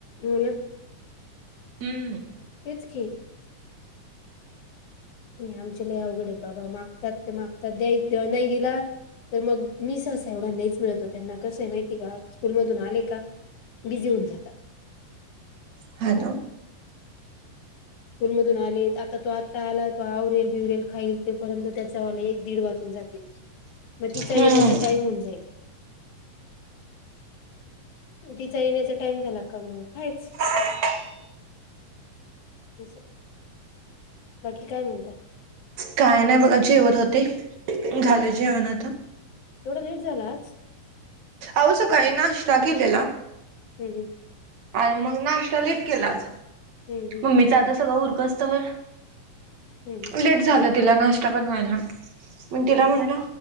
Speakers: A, on the left; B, on the right.
A: हो ना
B: हम्मं
A: तेचं की आमच्यांला अवघडे बाबां मागतांत ते मागतांत दयाचं नाहीं दिला तरं मंग मी सहंसा एवढां नाहींच मिळतो त्यांना कसं आहे माहितीय कां स्कूंल मधूंन आले कां बिझी होऊंन जातांत
B: ह ना <unintelligible>
A: स्कूंल मधूंन आले आंता तो आं आंला तो आवरेल बिवरेल खाईल तोपर्यंत त्याचं वांला एक दीड वाजूंन जातील मंग तिच्या
B: हम्म
A: येण्यांचा टाईम होऊन जाईल तिच्या येण्यांचा टाईम झांला कां मंग आहेच
B: <inaudible> <unintelligible>
A: तस <unintelligible> बाकी कायं म्हणतांत
B: कायं नाहीं बघां जेवतं होते झालं जेवणं आंता
A: येवढ लेट झालं आंज
B: अहो सकाळीं नाश्ता केलेला
A: हम्मं
B: आणि मंग नाश्ता लेट केलांच
A: हम्मं हम्मं
B: मी तरं आंता सगळं उरकंत तोवर
A: हम्म हम्म
B: लेट झालं तिला नाशता बनवायला तिला
A: हम्म
B: म्हटलं